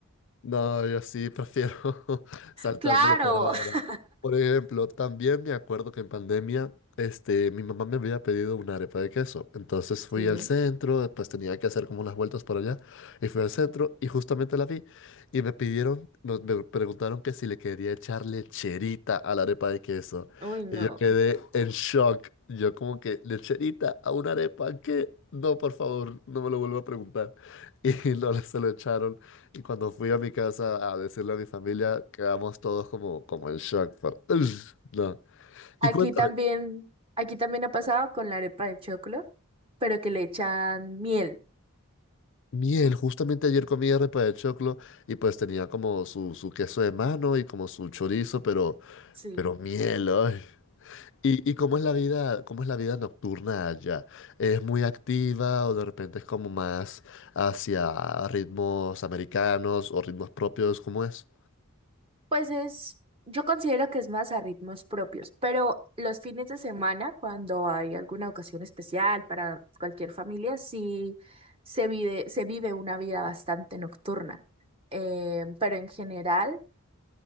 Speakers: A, on the left; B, on the right.
A: No, yo sí prefiero <laughs> saltármelo
B: Claro.
A: por ahora.
B: <laughs>
A: Por ejemplo, también me acuerdo que en pandemia, este, mi mamá me había pedido una arepa de queso. Entonces fui
B: Sí.
A: al centro, pues tenía que hacer como unas vueltas por allá. Y fui al centro y justamente la vi. Y me pidieron, nos- me preguntaron que si le quería echar lecherita a la arepa de queso.
B: Uy, no.
A: Y yo quedé en shock. Yo como que, ¿lecherita a una arepa? ¿Qué? No, por favor, no me lo vuelvo a preguntar. <laughs> Y no le se lo echaron. Y cuando fui a mi casa a decirle a mi familia, quedamos todos como, como en shock. por- "Ugh, No.
B: Aquí
A: Y cuéntame,
B: también, aquí también ha pasado con la arepa de choclo, pero que le echan miel.
A: miel, justamente ayer comí arepa de choclo y pues tenía como su, su queso de mano y como su chorizo, pero,
B: Sí.
A: pero miel, ay. ¿Y, y cómo es la vida, cómo es la vida nocturna allá? ¿Es muy activa o de repente es como más hacia ritmos americanos o ritmos propios? ¿Cómo es?
B: Pues es, yo considero que es más a ritmos propios, pero los fines de semana, cuando hay alguna ocasión especial para cualquier familia, sí se vive, se vive una vida bastante nocturna. Eh, pero en general,